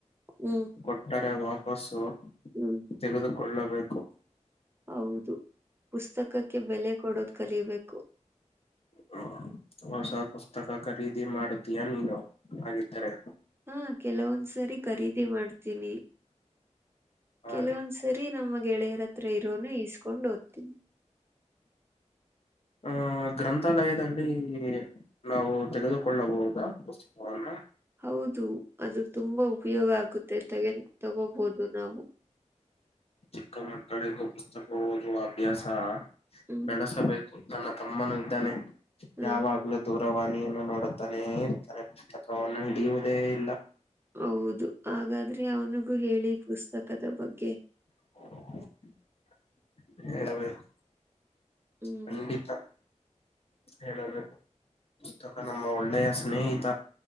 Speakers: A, on the right; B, on the left.
A: ಹ್ಮ್
B: ಕೊಟ್ಟರೆ <unintelligible> <unintelligible>
A: ಹ್ಮ್
B: ತೆಗೆದುಕೊಳ್ಳಬೇಕು.
A: ಹೌದು ಪುಸ್ತಕಕ್ಕೆ ಬೆಲೆ ಕೊಡೋದು ಕಲಿಬೇಕು.
B: ಹ್ಮ ಹೊಸ ಪುಸ್ತಕ ಖರೀದಿ ಮಾಡುತೀಯಾ ನೀನು ಹಾಗಿದ್ದರೆ.
A: ಹಾ ಕೆಲವೊಂದ್ಸರಿ ಖರೀದಿ ಮಾಡ್ತೀನಿ.
B: ಹಾಗೆ
A: ಕೆಲವೊಂದ್ಸರಿ ನಮ್ಮ ಗೆಳೆಯರ ಹತ್ರ ಇರೋನು ಈಸ್ಕೊಂಡ್ ಓದ್ತೀನಿ. <inaudible>
B: ಆ ಗ್ರಂಥಾಲಯದಲ್ಲಿ ನಾವು ತೆಗೆದುಕೊಳ್ಳಬಹುದಾ ಪುಸ್ತಕವನ್ನ.
A: ಹೌದು ಅದು ತುಂಬಾ ಉಪಯೋಗ ಆಗುತ್ತೆ <unintelligible> ತಗೋಬೋದು ನಾವು.
B: ಚಿಕ್ಕ ಮಕ್ಕಳಿಗೂ ಪುಸ್ತಕ ಓದುವ ಅಭ್ಯಾಸ
A: ಹ್ಮ್
B: ಬೆಳೆಸಬೇಕು. ನನ್ನ ತಮ್ಮನು ಇದ್ದಾನೆ
A: ಹ
B: ಯಾವಾಗ್ <unintelligible> ದೂರವಾಣಿಯನ್ನ ನೋಡುತ್ತಾನೇ ಇರ್ತಾನೆ ಪುಸ್ತಕವನ್ನ ಹಿಡಿಯುವುದೇ ಇಲ್ಲ.
A: ಹೌದು ಹಾಗಾದ್ರೆ ಅವನಿಗೂ ಹೇಳಿ ಪುಸ್ತಕದ ಬಗ್ಗೆ.
B: <unintelligible> ಹೇಳಬೇಕು
A: ಹ್ಮ್
B: ಖಂಡಿತ. ಹೇಳಬೇಕು ಪುಸ್ತಕ ನಮ್ಮ ಒಳ್ಳೆಯ ಸ್ನೇಹಿತ.